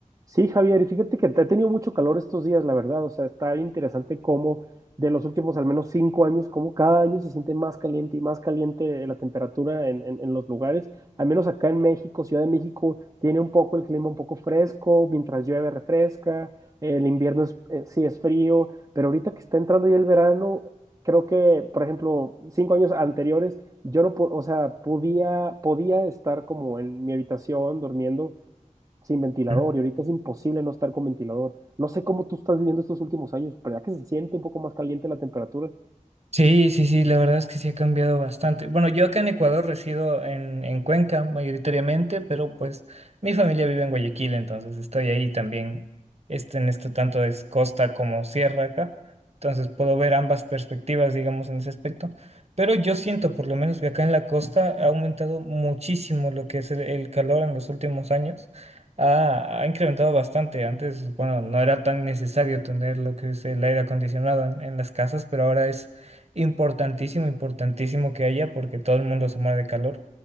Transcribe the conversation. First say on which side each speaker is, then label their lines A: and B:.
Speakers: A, on the right; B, on the right.
A: Sí, Javier, y fíjate que ha tenido mucho calor estos días, la verdad. O sea, está interesante cómo de los últimos al menos cinco años, cómo cada año se siente más caliente y más caliente la temperatura en, en- en los lugares. Al menos acá en México, Ciudad de México, tiene un poco el clima un poco fresco, mientras llueve refresca, el invierno es- eh, sí es frío, pero ahorita que está entrando ya el verano, creo que, por ejemplo, cinco años anteriores, yo no, po- o sea, podía, podía estar como en mi habitación durmiendo sin ventilador
B: Ujú.
A: y ahorita es imposible no estar con ventilador. No sé cómo tú estás viviendo estos últimos años, pero ya que se siente un poco más caliente la temperatura.
B: Sí, sí, sí, la verdad es que sí ha cambiado bastante. Bueno, yo acá en Ecuador resido en, en Cuenca mayoritariamente, pero pues mi familia vive en Guayaquil, entonces estoy ahí también. Este, en esto tanto es costa como sierra acá. Entonces puedo ver ambas perspectivas, digamos, en ese aspecto. Pero yo siento por lo menos que acá en la costa ha aumentado muchísimo lo que es el, el calor en los últimos años. Ha, ha incrementado bastante. Antes, bueno, no era tan necesario tener lo que es el aire acondicionado en en las casas, pero ahora es Importantísimo, importantísimo que haya porque todo el mundo se muere de calor.